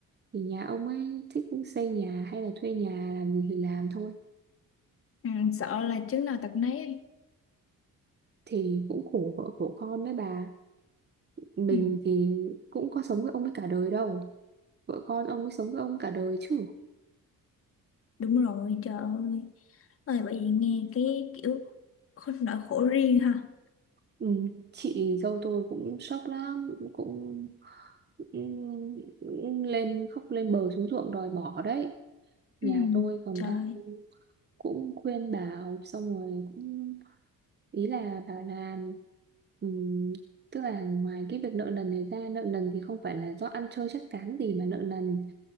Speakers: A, on the right; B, on the left.
A: thì nhà ông ấy thích xây nhà hay là thuê nhà làm gì thì làm thôi
B: Ừ, sợ là chứng nào tật nấy ấy.
A: thì cũng khổ vợ khổ con đấy bà mình
B: Ừ,
A: thì cũng có sống với ông ấy cả đời đâu vợ con ông ấy sống với ông cả đời chứ
B: đúng rồi, trời ơi. Ơi, bởi vì nghe cái kiểu khổ, nỗi khổ riêng ha.
A: ừ, chị dâu tôi cũng sốc lắm cũng, cũng, cũng lên khóc lên bờ xuống ruộng đòi bỏ đấy
B: Ừ,
A: nhà tôi còn
B: trời.
A: đang
B: ơi.
A: cũng khuyên bảo xong rồi cũng ý là bảo là ừm, tức là ngoài cái việc nợ nần này ra nợ nần thì không phải là do ăn chơi chắc chắn gì mà nợ nần